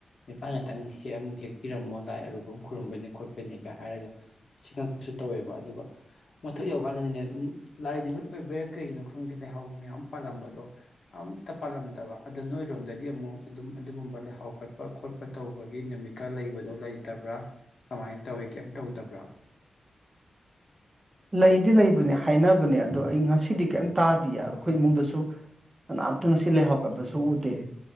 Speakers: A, on the left; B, on the right.
A: ꯅꯤꯄꯥꯥꯟ ꯉꯥꯛꯇꯪ ꯍꯦꯛꯑꯝ ꯍꯦꯛꯄꯤꯔꯝꯃꯣ ꯂꯥꯏ ꯑꯔꯨꯕ ꯑꯃ ꯈꯨꯔꯨꯝꯝꯕꯩꯅꯦ ꯈꯣꯠꯄꯩꯅꯦꯒ ꯍꯥꯏꯔꯒ ꯁꯤꯡꯉꯛꯄꯁꯨ ꯇꯧꯋꯦꯕ ꯑꯗꯨꯒ ꯃꯊꯛ ꯌꯧꯔꯀꯥꯟꯗꯗꯤꯅꯦ ꯑꯗꯨꯝ ꯂꯥꯏ ꯅꯨꯃꯤꯠ ꯑꯣꯏꯕꯩꯔꯥ ꯀꯩꯒꯤꯅꯣ ꯈꯪꯗꯦ ꯂꯩꯍꯥꯎ ꯃꯌꯥꯝ ꯄꯥꯜꯂꯝꯕ ꯑꯗꯣ ꯑꯝꯇ ꯄꯥꯜꯂꯝꯗꯕ ꯑꯗ ꯅꯣꯏꯔꯣꯝꯗꯒꯤ ꯑꯃꯨꯛ ꯑꯗꯨꯝ ꯑꯗꯨꯒꯨꯝꯕ ꯂꯩꯍꯥꯎ ꯀꯠꯄ ꯈꯣꯠꯄ ꯇꯧꯕꯒꯤ ꯅꯨꯃꯤꯠꯀ ꯂꯩꯕꯗꯣ ꯂꯩꯇꯕ꯭ꯔꯥ ꯀꯃꯥꯏꯅ ꯇꯧꯋꯤ ꯀꯩꯝ ꯇꯧꯗꯕ꯭ꯔꯥ
B: ꯂꯩꯗꯤ ꯂꯩꯕꯅꯦ ꯍꯥꯏꯅꯕꯅꯦ ꯑꯗꯣ ꯑꯩ ꯉꯁꯤꯗꯤ ꯀꯔꯤꯝ ꯇꯥꯗꯤꯌꯦ ꯑꯩꯈꯣꯏ ꯏꯃꯨꯡꯗꯁꯨ ꯀꯅꯥꯝꯇ ꯉꯁꯤ ꯂꯩꯍꯥꯎ ꯀꯠꯄꯁꯨ <unintelligible> ꯎꯗꯦ